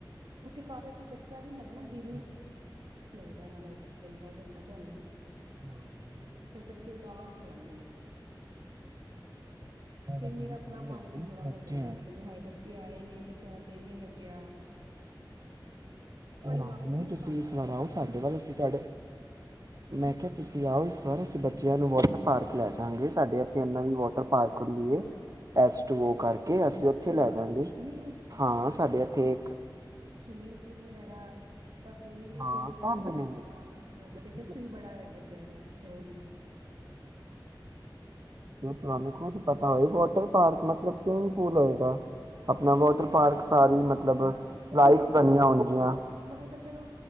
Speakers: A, on the right (about 70°); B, on the right (about 45°).
A: ਉੱਥੇ ਕਾਫੀ ਕੋਈ ਬੱਚਾ ਵੀ ਨੀ ਹੈਗਾ ਨਾ ਦਿਲ ਨੀ
B: ਨਹੀਂ
A: ਲੱਗਦਾ ਇਹਨਾਂ ਦਾ ਉ ਤੇ ਸਹੀ ਗੱਲ ਦੱਸਾਂ ਤੁਹਾਨੂੰ।
B: ਹਾਂਜੀ
A: ਫਿਰ ਬੱਚੇ ਉਦਾਸ ਹੋ ਲੈਂਦੇ ਨੇ
B: ਇਹ
A: ਫਿਰ ਮੇਰਾ ਆਪਣਾ ਮਨ
B: ਹੈ ਕਿ
A: ਵੀ ਥੋੜਾ ਹੋ
B: ਬੱਚੇ
A: ਜਾਂਦਾ ਮੈਂ ਕਹਿਣੀ ਹਾਏ ਬੱਚੇ ਆਏ ਨੇ ਬੱਚਿਆਂ ਦਾ ਦਿਲ ਨੀ ਲੱਗਿਆ ਤੁਹਾਡੀ
B: ਹਾਂ,
A: ਆਵਾਜ਼ ਥੋੜੀ
B: ਨਹੀਂ
A: ਨਾ
B: ਤੁਸੀਂ
A: ਘੱਟ
B: ਇਸ
A: ਆ
B: ਵਾਰ
A: ਰਹੀ
B: ਆਓ
A: ਭਾਜੀ
B: ਸਾਡੇ ਵੱਲ ਅਸੀਂ ਤੁਹਾਡੇ ਮੈਂ ਕਿਹਾ ਤੁਸੀਂ ਆਓ <unintelligible> ਅਸੀਂ ਬੱਚਿਆਂ ਨੂੰ ਵਾਟਰ ਪਾਰਕ ਲੈ ਜਾਵਾਂਗੇ ਸਾਡੇ ਇੱਥੇ ਐਨਾ ਵੀ water park <unintelligible> H two O ਕਰਕੇ
A: ਅੱਛਾ
B: ਅਸੀਂ
A: ਅੱਛਾ
B: ਉੱਥੇ ਲੈ ਜਾਗੇ
A: ਤੇ ਨਹੀਂ
B: ਹਾਂ ਸਾਡੇ ਇੱਥੇ ਇੱਕ
A: ਸਵੀਮਿੰਗ ਪੂਲ ਵਗੈਰਾ ਦਾ ਸਵਿਮਿੰਗ ਲਈ
B: ਹਾਂ
A: ਕੋਈ ਉਹ
B: ਸਭ
A: ਤਾਂ ਨਹੀਂ ਹੈਗਾ
B: ਨੇ
A: ਜਿੱਦਾਂ ਅ, ਬੱਚੇ
B: <unintelligible>
A: ਦਾ ਸਵਿਮ ਬੜਾ ਹੈ ਬੱਚਿਆਂ ਨੂੰ ਚੋਦਮਾ।
B: ਤੁਹਾਨੂੰ ਖੁਦ ਪਤਾ ਹੋਏ ਵਾਟਰ ਪਾਰਕ ਮਤਲਬ ਸਵਿਮਿੰਗ ਪੂਲ ਹੋਏਗਾ ਆਪਣਾ
A: ਨਹੀਂ ਨਹੀਂ
B: ਵਾਟਰ
A: ਮੈਂ ਤੁਹਾਡੀ
B: ਪਾਰਕ
A: ਗੱਲ
B: ਸਾਰੀ
A: ਸਮਝ
B: ਮਤਲਬ
A: ਗਈ ਹਾਂ
B: ਲਾਈਕਸ
A: ਕਹਿਣ ਦਾ
B: ਬਣੀਆਂ ਹੋਣਗੀਆਂ
A: ਮਤਲਬ ਉਹ ਤਾਂ ਚਲੋ